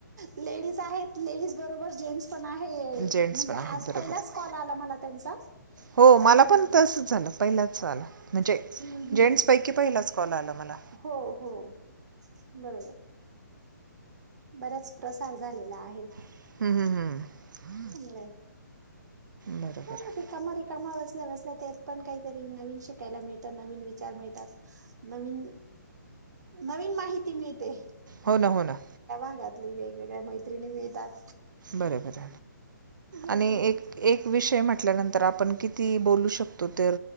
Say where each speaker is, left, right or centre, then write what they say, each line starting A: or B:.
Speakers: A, on the right; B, on the right.
A: लेडीज आहेत लेडीज बरोबर जेंट्स पण आहे म्हणजे
B: जेंट्स पण
A: आज
B: आहेत बरोबर
A: पहिलाच
B: आहे.
A: कॉल आला मला त्यांचा.
B: हो
A: अजून
B: मला
A: हा
B: पण तसच झालं. पहिलाच आलं म्हणजे,
A: हम्म हम्म
B: जेंट्स पैकी पहिलाच कॉल आला. मला
A: हो हो. बरोबर. बऱ्याच प्रसार झालेला आहे.
B: हम्म हम्म हम्म.
A: चांगलय
B: बरोबर
A: ह
B: आहे
A: रिकामा रिकामा बसण्या बस त्यात पण काहीतरी नवीन शिकायला मिळत, नवीन विचार मिळतात, नवीन नवीन माहिती मिळते.
B: हो ना, हो ना.
A: जगातली वेगवेगळ्या मैत्रिणी मिळतात.
B: बर बर
A: आहे
B: आणि
A: की नाही
B: एक एक विषय म्हणटल्यानंतर आपण किती बोलू शकतो तर,